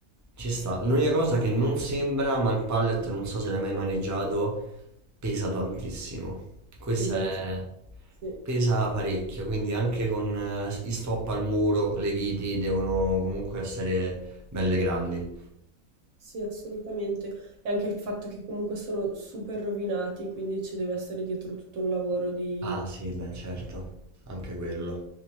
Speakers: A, on the right (about 25°); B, on the right (about 70°).
A: Ci sta. L'unica cosa che non sembra, ma il pallet non so se l'hai mai maneggiato, pesa tantissimo. Questa
B: Disanziate.
A: è...
B: Sì,
A: pesa parecchio, quindi anche con eh, i stop al muro, le viti devono comunque essere belle grandi.
B: sì, assolutamente. E anche il fatto che comunque sono super rovinati, quindi ci deve essere dietro tutto un lavoro di
A: Ah sì, beh certo, anche quello.